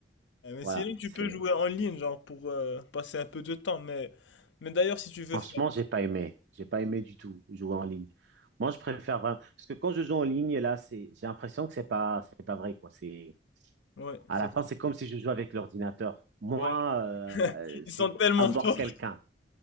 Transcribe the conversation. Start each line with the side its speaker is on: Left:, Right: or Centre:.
Left: Eh, Mais
Right: voilà,
Left: sinon, tu
Right: c'est.
Left: peux jouer en ligne, genre, pour euh, passer un peu de temps. Mais, mais d'ailleurs, si tu veux
Right: Franchement,
Left: faire.
Right: j'ai pas aimé. J'ai pas aimé du tout jouer en ligne. Moi, je préfère vraiment. Parce que quand je joue en ligne, là, c'est, j'ai l'impression que c'est pas, c'est pas vrai, quoi. C'est,
Left: Ouais,
Right: à
Left: c'est
Right: la
Left: tout.
Right: fin, c'est comme si je jouais avec l'ordinateur. Moi,
Left: Ouais.
Right: euh, euh,
Left: Ils
Right: c'est
Left: sont tellement
Right: avoir
Left: forts.
Right: quelqu'un.